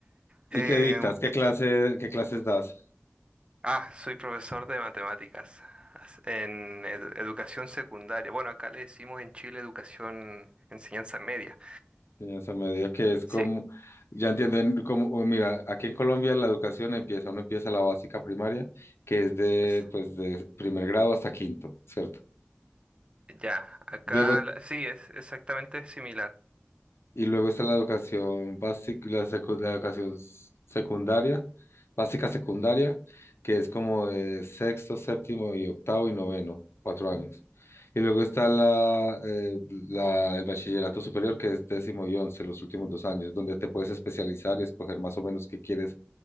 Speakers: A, on the left; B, on the right.
A: ¿Y
B: Eh,
A: qué dictas? ¿Qué clase, qué clases das?
B: Ah, soy profesor de matemáticas as- en edu- educación secundaria. Bueno, acá le decimos en Chile educación, enseñanza media.
A: Enseñanza media, que es
B: Sí,
A: como, ya entiendo, en- como, o mira, aquí en Colombia la educación empieza, uno empieza la básica primaria, que es de,
B: es,
A: pues, de primer grado hasta quinto, ¿cierto?
B: ya, acá
A: Luego,
B: la- sí, es exactamente similar.
A: y luego está la educación básica, la, secu- la educación s- secundaria, básica secundaria, que es como de sexto, séptimo y octavo y noveno, cuatro años. Y luego está la, eh, la- el bachillerato superior, que es décimo y once, los últimos dos años, donde te puedes especializar y escoger más o menos qué quieres